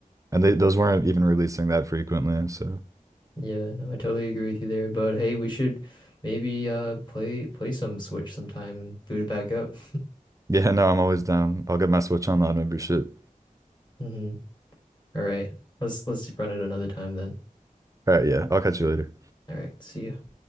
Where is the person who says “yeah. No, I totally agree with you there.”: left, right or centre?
Left